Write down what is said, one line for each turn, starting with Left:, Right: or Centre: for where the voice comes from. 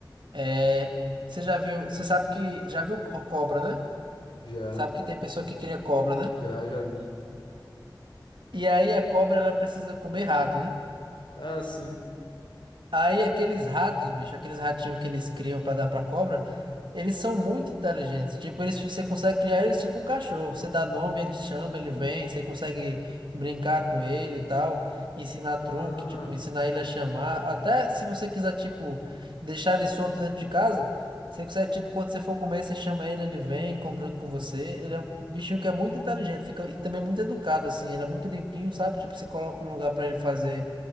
Right: É, você já viu, você sabe que, já viu co- cobra, né?
Left: Já,
Right: Sabe que tem pessoa que cria cobra, né?
Left: já, já vi.
Right: E aí a cobra ela precisa comer rato, né?
Left: Ah, sim.
Right: Aí aqueles ratos, bicho, aqueles ratinhos que eles criam pra dar pra cobra, eles são muito inteligentes. Tipo, eles, você consegue criar eles tipo um cachorro. Você dá nome, ele chama, ele vem. Você consegue brincar com ele e tal. Ensinar
Left: Ah,
Right: truque, tipo, ensinar ele a chamar. Até se você quiser, tipo, deixar ele solto dentro de casa, você consegue, tipo, quando você for comer, você chama ele, ele vem, come junto com você. Ele é um bichinho que é muito inteligente, fica, e também muito educado, assim. Ele é muito limpinho, sabe? Tipo, você coloca um lugar pra ele fazer